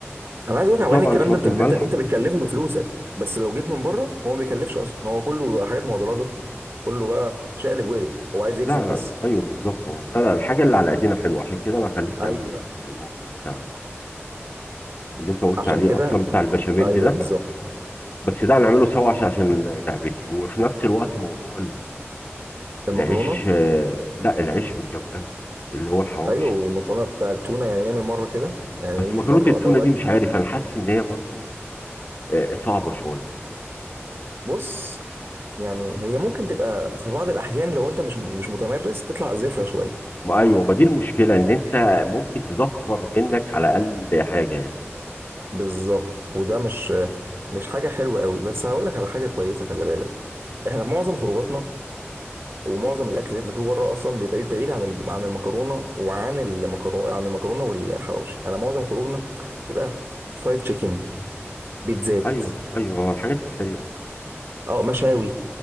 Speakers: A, on the right (about 60°); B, on the left (about 45°).
A: انا عايز اقول
B: وطبعا
A: لك يا عبد الغني الكلام
B: شويه
A: ده انت
B: الملح
A: انت انت بتكلفه بفلوسك بس لو جيت من بره هو ما بيكلفش اصلا هو كله حاجات مهدرجه كله بقى شقلب وقلب هو عايز يكسب
B: لا
A: بس
B: ايوه بالظبط آه. لا لا الحاجه اللي على ايدينا حلوه عشان كده انا هخليك تعمل
A: ايوه
B: لي الموضوع بتاع اللي انت قلت
A: عشان
B: عليه
A: كده
B: اصلا بتاع البشاميل
A: ايوه
B: ده
A: بالظبط
B: بس ده هنعمله سوا عشان عشان لعبتي وفي نفس الوقت موضوع
A: المكرونه
B: العيش آه، لا العيش بالجمبري اللي هو الحواوشي
A: ايوه والمكرونه بتاع التونه يعني نعمل مره كده يعني
B: بس
A: يجي
B: مكرونه
A: في مره
B: التونه
A: ادوات
B: دي مش عارف انا حاسس ان هي برضو آه، صعبه شويه
A: بص يعني هي ممكن تبقى في بعض الاحيان لو انت مش مش متمرس تطلع زفره شويه
B: ما ايوه ما دي المشكله ان انت ممكن تزفر منك على الاقل حاجه يعني
A: بالظبط وده مش مش حاجه حلوه قوي بس هقول لك على حاجه كويسه خلي بالك احنا معظم خروجاتنا ومعظم الاكل اللي احنا بناكله بره اصلا بيبقى بعيد بعيد عن الم- عن المكرونه وعن المكرونه عن المكرونه والحواوشي انا معظم خروجنا بيبقى فرايد تشيكن بيتزات
B: ايوه ايوه الحاجات السريعه
A: اه مشاوي